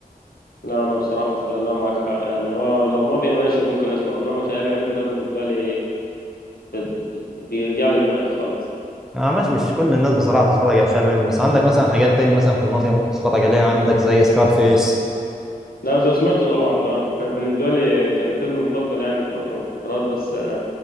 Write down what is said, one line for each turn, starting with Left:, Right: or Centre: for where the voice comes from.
Left: لا أنا بصراحة س- لا معك حق يعني هو لو مافيا ماشي ممكن أسمعه إنما خيال علمي ده بالنسبة لي ب- بيوجع لي دماغي خالص
Centre: اه ماشي مش كل الناس بصراحه بتتفرج على الخيال العلمي بس عندك مثلا حاجات تاني مثلا في المافيا ممكن تتفرج عليها عندك زي سكارفيس
Left: لا ده سمعته طبعا ده <laughs> بالنسبة لي كان فيلم مفضل يعني الفترة من الفترات بس